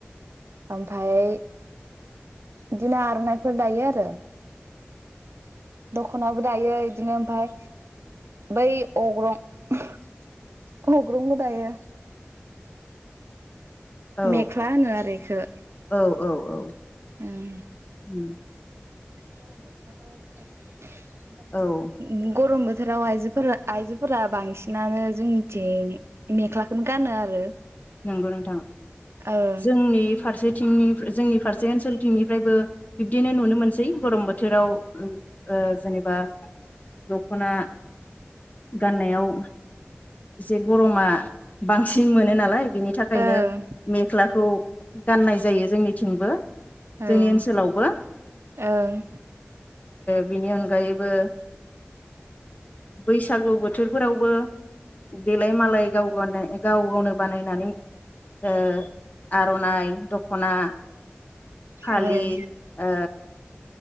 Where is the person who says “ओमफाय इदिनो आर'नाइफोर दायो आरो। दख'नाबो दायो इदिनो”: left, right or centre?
Right